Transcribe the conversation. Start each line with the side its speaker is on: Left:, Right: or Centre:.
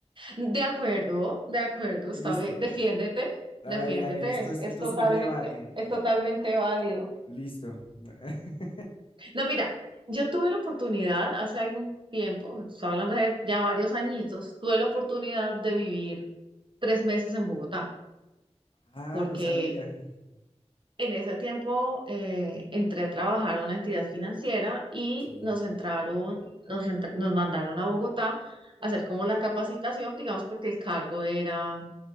Right: de acuerdo, de acuerdo, está
Left: Listo.
Right: bien, defiéndete,
Left: A
Right: defiéndete,
Left: ver, a ver, esto
Right: es,
Left: es,
Right: es
Left: esto
Right: totalmente,
Left: es un debate.
Right: es totalmente válido.
Left: Listo. <laughs>
Right: No, mira, yo tuve la oportunidad hace algún tiempo, estoy hablando de ya varios añitos, tuve la oportunidad de vivir tres meses en Bogotá,
Left: Ah,
Right: porque
Left: no sabía.
Right: En ese tiempo eh, entré a trabajar a una entidad financiera y
Left: Sí.
Right: nos entraron, nos, entr- nos mandaron a Bogotá a hacer como la capacitación, digamos, porque el cargo era,